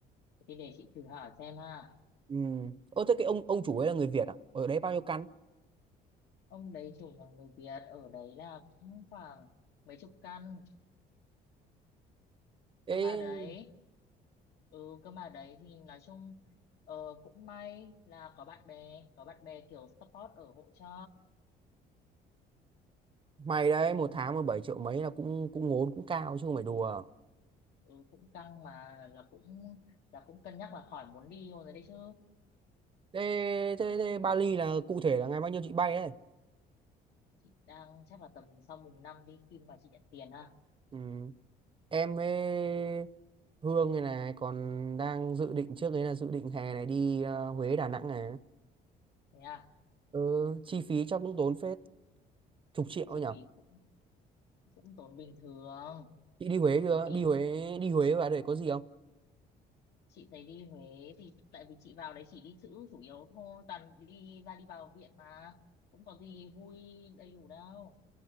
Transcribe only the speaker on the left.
thì để chị thử hỏi xem ha
ông đấy chủ là người Việt ở đấy là cũng khoảng mấy chục căn
cơ mà đấy ừ cơ mà đấy thì nói chung ờ, cũng may là có bạn bè có bạn bè kiểu support ở hỗ trợ
ừ, cũng căng mà là cũng là cũng cân nhắc là khỏi muốn đi rồi đấy đấy chứ
chị đang chắc là tầm sau mùng năm đi khi mà chị nhận tiền ha
thế à
chi
phí cũng cũng tốn bình thường
đi
chị thấy đi Huế thì tại vì chị vào đấy chỉ đi chữ chủ yếu thôi toàn đi ra đi vào viện mà cũng có gì vui đầy đủ đâu